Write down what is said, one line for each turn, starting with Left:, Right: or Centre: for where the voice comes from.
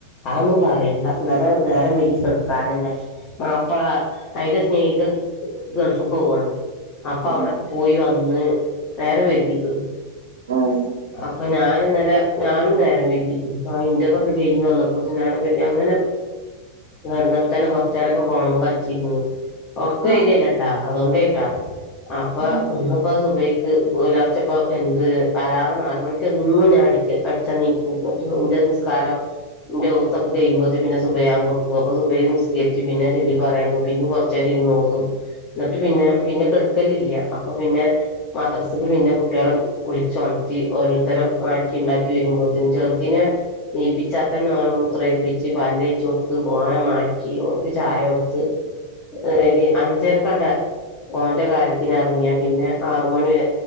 Left: ആവൊന്നും പറയണ്ടാ ഇന്നല നേരം വൈകി കെടക്കാണ്തന്നെ മാപ്പള അയിന്റെ സ്നേഹി തെകു ഗർഫ്ക്ക് പോവാണ് അപ്പൊ
Right: ഉം
Left: അവിടൊക്കെ പോയി വ ഒന്ന് നേരം വൈകിക്ക്ണ്
Right: ഉം
Left: ആ ഹ അപ്പൊ ഞാൻ ഇന്നല ഞാനും നേരം വൈകി ആ വിന്റെരൊക്കെ കഴിഞ്ഞ് വന്നപ്പോതെ നേരം വൈകി അങ്ങനെ വരുന്നപ്പോ തന്നെ കൊറച്ചേരക്കെ ഫോൺമേ കളിച്ചിരുന്നു ഒറക്കവരിയല്ലട്ടാ
Right: ആഹ്
Left: അതോണ്ടേട്ടാ അപ്പൊ
Right: ആഹ്
Left: ഒന്ന്പ്പ സുബേ വ് പുലർച്ചപ്പം എന്ത് അലാറം നാല് മണിക്ക് ഒന്നും ഞാൻ അടിക്ക് അടിച്ചനീ <unintelligible> നൂന്റെ നിസ്കാരം ന്റെ ഉത്തകതേഴുമ്പോത്തെ പിന്നെ സുഭയാംകൊടുക്കും അപ്പ സുഭേൽ നിസ്കരിച്ച് പിന്നെ ചൊല്ലി പറയണു പിന്നെ കൊറച്ചേരം ഇന്നോതും എന്നിട്ട് പിന്നെ പിന്നെ കെടുക്കലില്ല അപ്പൊ പിന്നെ മദ്രസിക്ക് പിന്നെ കുട്ടികളെ വിളിച്ചോണ്ട് ത്തി ഓരോ തരം മാറ്റി ഉണ്ടാക്കി വരുമ്പോത്തിന് ചെറുതിന് നീപ്പിച്ചാൽ തന്ന ഓന മൂത്രേഴിപ്പിച്ച് പല്ലേച്ച് കൊടുത്ത് ഓന മാറ്റി ഓനക്ക് ചായ കൊടുത്ത് ഏടി അഞ്ചരക്കൊണ്ട് ഓന്റെ കാര്യത്തിനെറങ്ങിയ പിന്നെ ആറ് മണിവേ